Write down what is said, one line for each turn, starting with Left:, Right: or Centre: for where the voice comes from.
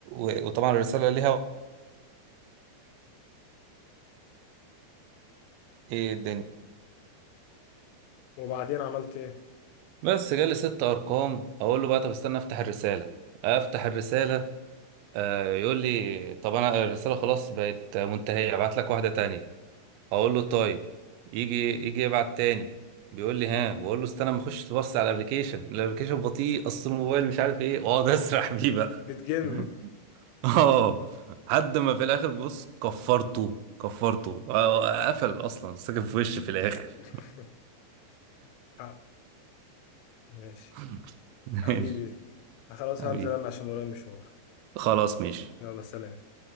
Right: و- وطبعا الرساله ليها ايه الدنيا
Left: وبعدين عملت ايه
Right: بس جالي ست ارقام اقول له بقى طب استنى افتح الرساله افتح الرساله آه، يقول لي طب انا الرساله خلاص بقت منتهيه ابعت لك واحده تانية اقول
Left: مم.
Right: له طيب يجي يجي يبعت تاني بيقول لي ها بقول له استنى ما اخش تبص على الابلكيشن الابلكيشن بطيء اصل الموبايل مش عارف ايه واقعد <laughs> اسرح بيه بقى
Left: بتجنه
Right: <laughs> اه لحد ما في الاخر بص كفرته كفرته آه، آه، قفل اصلا ساكن في وشي في الاخر
Left: <laughs> حق. ماشي
Right: <laughs> ماشي
Left: حبيبي خلاص
Right: حبيبي
Left: هنزل انا عشان ورايا مشوار
Right: خلاص
Left: ماشي
Right: ماشي
Left: يلا سلام